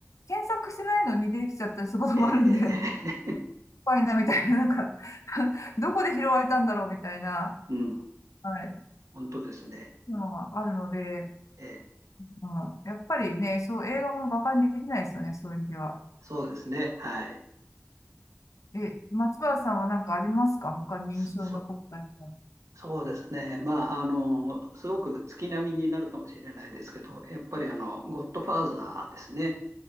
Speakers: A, on the left (about 85°); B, on the right (about 85°).
A: 検索してないのに出てきちゃったりすることもあるんで、
B: ええ、え
A: <laughs>
B: え、ええ
A: 怖いなみたいな、なんか <laughs> どこで拾われたんだろうみたいな、
B: <laughs> うん。
A: はい、
B: 本当ですね。
A: のはあるので、
B: ええ。
A: まあ、やっぱりね、そう、映画も馬鹿にできないですよね、そういう意味では。
B: そうですね。はい。
A: え、松原さんは何かありますか他に印象に残ったりは。
B: そ、そうですね。まあ、あの、すごく月並みになるかもしれないですけど、やっぱりあの、ゴッドファーザーですね。